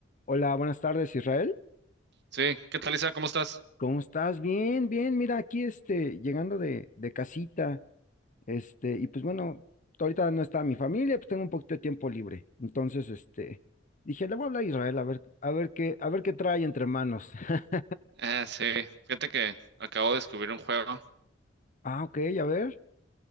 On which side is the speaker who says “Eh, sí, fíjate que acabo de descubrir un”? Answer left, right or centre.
Right